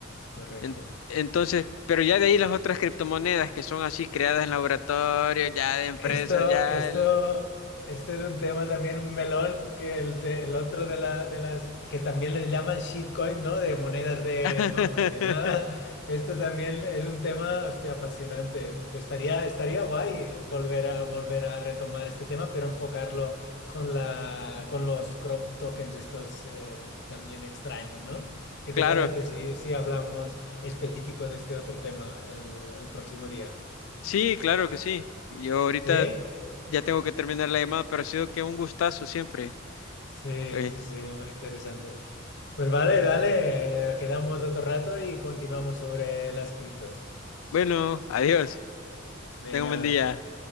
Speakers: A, on the left; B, on the left.
A: correcto.
B: En- entonces, pero ya de ahí las otras criptomonedas que son así creadas en laboratorio, ya de empresas,
A: Esto,
B: ya...
A: esto,
B: el-
A: este era un tema también, un melón, que el, te- el otro de, la, de las que también les llaman shitcoin, ¿no? De monedas de,
B: <laughs>
A: vamos, que nada, esto también es un tema, hostia, apasionante. Estaría, estaría guay eh, volver a, volver a retomar este tema, pero enfocarlo con la, con los crop tokens estos eh, también extraños, ¿no? ¿Qué
B: Claro,
A: te parece si, si hablamos específico de este otro tema el el próximo día?
B: sí, claro que sí. Yo ahorita
A: ¿Sí?
B: ya tengo que terminar la llamada, pero ha sido que un gustazo siempre.
A: Sí,
B: Eh,
A: sí, sí, muy interesante. Pues vale, dale, eh, quedamos otro rato y continuamos sobre las criptos.
B: bueno, adiós.
A: Venga.
B: Tengo un buen día.